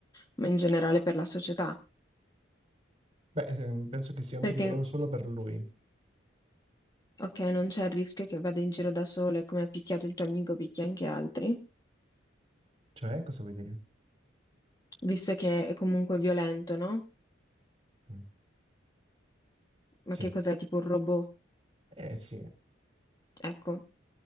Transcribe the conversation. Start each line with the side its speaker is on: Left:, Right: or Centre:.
Left: ma in generale per la società.
Right: Beh, ehm, penso che sia un
Left: Perché,
Right: pericolo solo per lui.
Left: ok, non c'è il rischio che vada in giro da solo e come ha picchiato il tuo amico picchia anche altri,
Right: Cioè, cosa vuoi dire?
Left: visto che è comunque violento, no?
Right: Mm,
Left: Ma
Right: Sì.
Left: che cos'è, tipo un robot?
Right: Eh sì,
Left: Ecco,